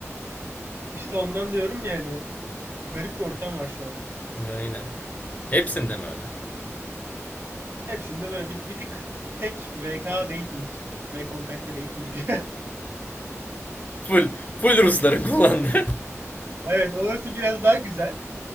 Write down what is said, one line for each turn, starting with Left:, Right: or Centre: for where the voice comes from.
Right: İşte ondan diyorum yani. Garip bir ortam var şu an.
Left: <laughs> Aynen. Hepsinde mi öyle?
Right: Hepsinde böyle bir, bir tık bir tek VK dating ve kontakte dating. <laughs>
Left: Full, full Rusların kullandığı.
Right: Evet orası biraz daha güzel.